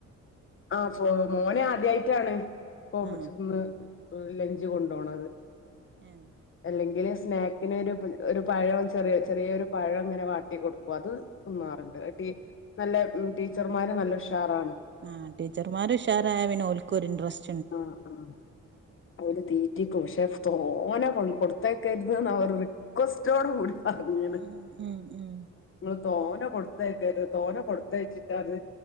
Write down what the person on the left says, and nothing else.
ആഹ് മോന് ആദ്യായിട്ടാണ് ഇപ്പൊ
ചന്ന് ലഞ്ച് കൊണ്ടോണത്
അല്ലെങ്കില് സ്നാക്ക്നൊരു ഒരു പഴം ചെറിയ ചെറിയൊരു പഴം ഇങ്ങനെ വാട്ടി കൊടുക്കും അത് തിന്നാർണ്ട് അഹ് നല്ല ടീച്ചർമാര് നല്ല ഉഷാറാണ്
ആഹ് ആഹ് ഓല് തീറ്റിക്കും പക്ഷെ തോനെ കൊ കൊടുത്തയക്കര്ത്ന്നാ ഓരെ റി റികൊസ്റ്റോട് കൂടി പറഞ്ഞീണ്
ഇങ്ങള് തോനെ കൊടുത്തയക്കരുത് തോന കൊടുത്തയച്ചിട്ടാത്